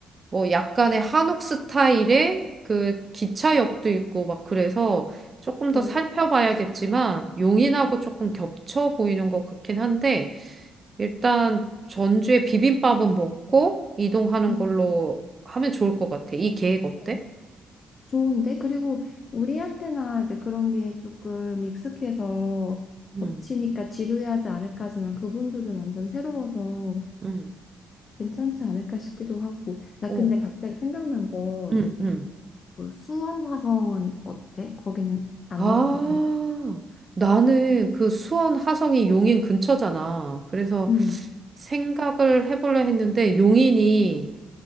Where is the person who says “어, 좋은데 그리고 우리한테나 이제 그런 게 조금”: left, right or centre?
Left